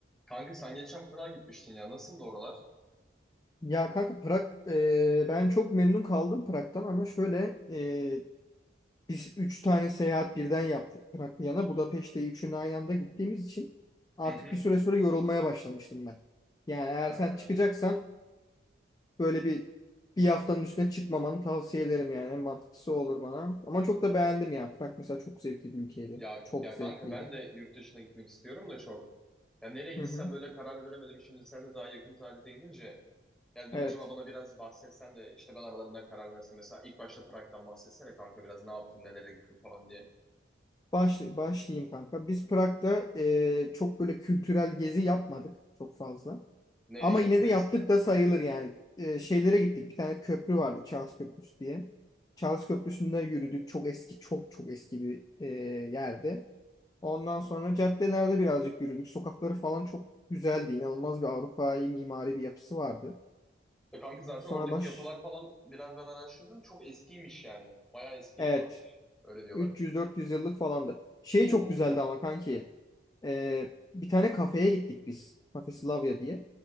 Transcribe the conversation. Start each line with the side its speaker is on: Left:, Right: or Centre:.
Centre: Kanka sen geçen Prag'a gitmiştin ya. Nasıldı oralar?
Left: Ya kanka Prag, e, ben çok memnun kaldım Prag'dan ama şöyle e, biz üç tane seyahat birden yaptık Prag, Viyana, Budapeşte üçünü aynı anda gittiğimiz için artık
Centre: Hı hı.
Left: bir süre sonra yorulmaya başlamıştım ben. Yani eğer
Centre: Ee,
Left: sen çıkacaksan böyle bir bir haftanın üstüne çıkmamanı tavsiye ederim yani en mantıklısı o olur bana. Ama çok da beğendim ya Prag mesela çok zevkli bir ülkeydi.
Centre: ya
Left: Çok
Centre: ya
Left: zevkliydi.
Centre: kanka ben de yurt dışına gitmek istiyorum da çok. Ya nereye gitsem
Left: Hı hı.
Centre: böyle karar veremedim. Şimdi sen de daha yakın tarihte gidince geldim
Left: Evet.
Centre: acaba bana biraz bahsetsen de işte ben aralarından karar versem. Mesela ilk başta Prag'dan bahsetsene kanka biraz ne yaptın, nelere gittin falan diye.
Left: Başlay- başlayayım kanka. Biz Prag'da e, çok böyle kültürel gezi yapmadık çok fazla.
Centre: Nereye
Left: Ama yine
Centre: gezdiniz?
Left: de yaptık da sayılır yani. Ee, şeylere gittik. Bir tane köprü vardı Charles Köprüsü diye. Charles Köprüsü'nde yürüdük. Çok eski, çok çok eski bir e, yerde. Ondan sonra caddelerde birazcık yürüdük. Sokakları falan çok güzeldi. İnanılmaz bir Avrupa'yı mimari bir yapısı vardı.
Centre: Ya kanka zaten
Left: Sonra
Centre: oradaki
Left: baş...
Centre: yapılar falan biraz ben araştırdım. Çok eskiymiş yani. Bayağı eski
Left: Evet.
Centre: yapılarmış. Öyle diyorlar.
Left: 300-400 yıllık falandı. Şey
Centre: Uhu.
Left: çok güzeldi ama kanki. Ee, bir tane kafeye gittik biz. Cafe Slavia diye.